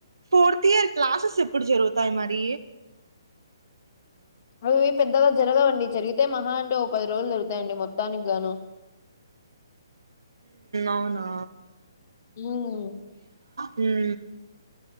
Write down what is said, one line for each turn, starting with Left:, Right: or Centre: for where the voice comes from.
Right: ఫోర్త్ ఇయర్ క్లాసెస్ ఎప్పుడు జరుగుతాయి మరి
Left: అవి పెద్దగా జరగవండి జరిగితే మహా అంటే ఓ పది రోజులు జరుగుతాయండి మొత్తానికి గాను
Right: అవునా
Left: మ్
Right: మ్